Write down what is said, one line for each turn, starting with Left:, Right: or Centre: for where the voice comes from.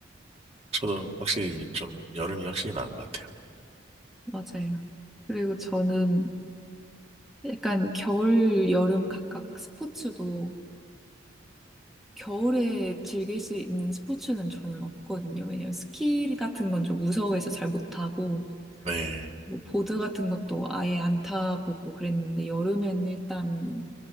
Right: 저도 확실히 좀 여름이 확실히 나은 것 같아요.
Centre: 맞아요. 그리고 저는 약간 겨울, 여름 각각 스포츠도 겨울에 즐길 수 있는 스포츠는 저는 없거든요. 왜냐면 스키 같은 건 좀 무서워해서 잘 못하고,
Right: 네,
Centre: 뭐 보드 같은 것도 아예 안 타보고 그랬는데, 여름엔 일단